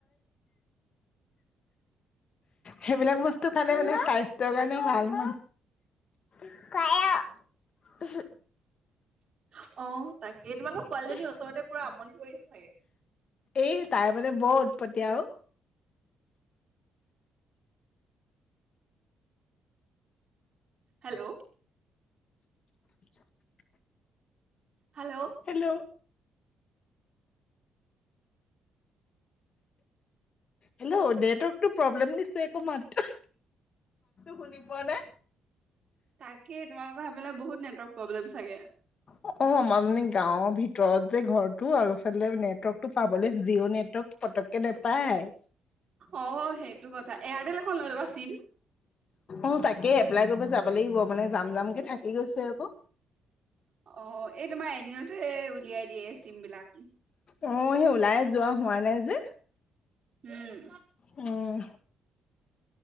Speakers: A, on the left; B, on the right.
A: হেইবিলাক বস্তু খালে মানে স্বাস্থ্যৰ কাৰণে ভাল <unintelligible>
B: অ', তাকে তোমালোকৰ
A: এই
B: পোৱালীজনী ওচৰতে পুৰা আমনি কৰি আছে চাগে।
A: এই তাই মানে বৰ উৎপত্তিয়া অ'।
B: হেল্ল'।
A: <inaudible>
B: হেল্ল'।
A: হেল্ল'। হেল্ল' নেটৱৰ্কটো প্ৰব্লেম দিছে একো মাতটো শুনি পোৱা নাই
B: তাকেই তোমালোকৰ সেইফালে বহুত নেটৱৰ্ক প্ৰব্লেম চাগে।
A: অ'। অ', আমাৰ মানে গাঁৱৰ ভিতৰত যে ঘৰটো আৰু ইফালে নেটৱৰ্কটো পাবলে, জিঅ' নেটৱৰ্ক পতক কে নেপায়।
B: অ', সেইটো কথা এয়াৰটেল এখন লৈ ল'বা চিম।
A: অ', তাকেই এপ্লাই কৰিব যাব লাগিব মানে যাম যামকে থাকি গৈছে আকৌ।
B: অ ', এই তোমাৰ এদিনতে উলিয়াই দিয়া চিম বিলাক।
A: অ', হেই ওলাই যোৱা হোৱা নাই যে।
B: উম।
A: উম।